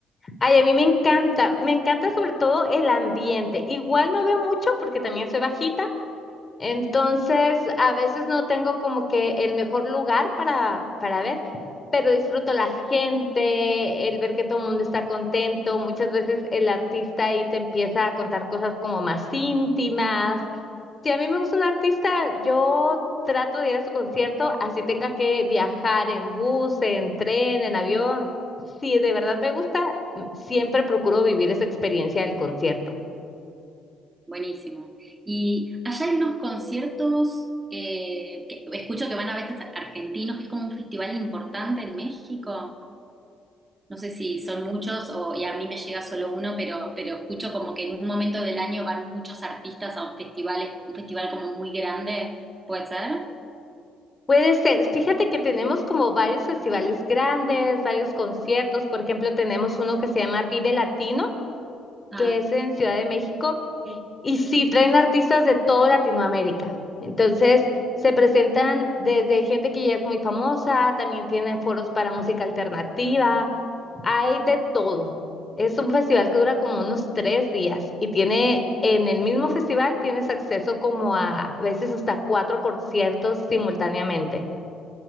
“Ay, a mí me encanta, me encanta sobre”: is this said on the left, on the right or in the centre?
Left